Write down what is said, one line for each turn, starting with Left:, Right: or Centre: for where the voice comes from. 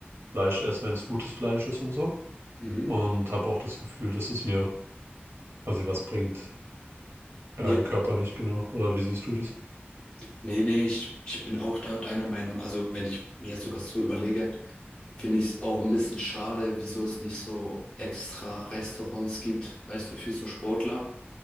Right: Fleisch esse, wenn es gutes Fleisch ist und so.
Left: Mhm.
Right: Und habe auch das Gefühl, dass es mir quasi was bringt, äh,
Left: Ja.
Right: körperlich, genau. Oder wie siehst du das?
Left: Nee, nee, ich, ich bin auch da deiner Meinung. Also, wenn ich mir jetzt sogar so überlege, finde ich es auch ein bisschen schade, wieso es nicht so extra Restaurants gibt, weißt du, für so Sportler,